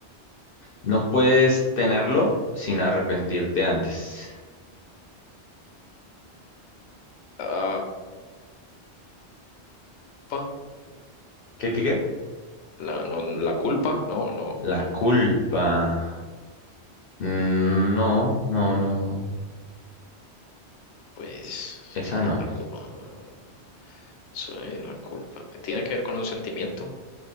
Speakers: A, on the left (about 60°); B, on the left (about 80°).
A: no puedes tenerlo sin arrepentirte antes.
B: La culpa,
A: ¿Qué, qué, qué?
B: la, no, la culpa, no, no,
A: La culpa. Mm, no, no, no, no.
B: pues
A: Esa
B: y
A: no.
B: la culpa, soy la culpa. ¿Tiene que ver con un sentimiento?